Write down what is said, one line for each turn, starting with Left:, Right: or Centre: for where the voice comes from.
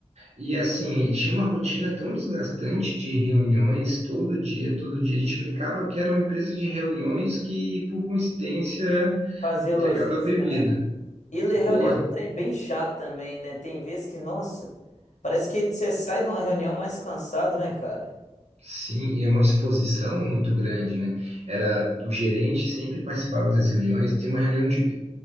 Right: E assim, tinha uma rotina tão desgastante de reuniões todo dia, todo dia. A gente brincava que era uma empresa de reuniões que, por coincidência,
Left: fazer
Right: entregava
Left: logística,
Right: bebida.
Left: né? E ler reunião
Right: Pô,
Left: é um trem bem chato também, né? Tem vezes que, nossa, parece que você sai de uma reunião mais cansado, né, cara?
Right: sim, e é uma exposição muito grande, né? Era o gerente sempre participava das reuniões. Tem uma reunião de